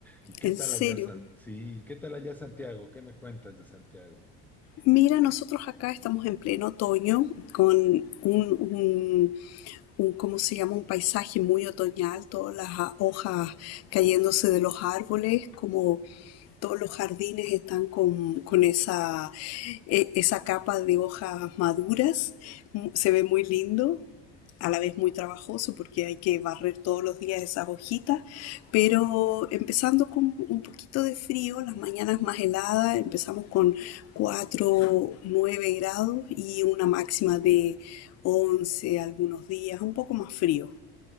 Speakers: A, in the centre; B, on the left.
A: ¿Y qué
B: En
A: tal
B: serio.
A: allá, San... Sí, ¿qué tal allá Santiago? ¿Qué me cuentas de Santiago?
B: Mira, nosotros acá estamos en pleno otoño con un, un, un, ¿cómo se llama? Un paisaje muy otoñal, todas las ha- hojas cayéndose de los árboles, como todos los jardines están con, con esa, e- esa capa de hojas maduras. Mm, Se ve muy lindo. a la vez muy trabajoso porque hay que barrer todos los días esas hojitas, pero empezando con un poquito de frío, las mañanas más heladas, empezamos con 4 9 grados y una máxima de 11 algunos días, un poco más frío.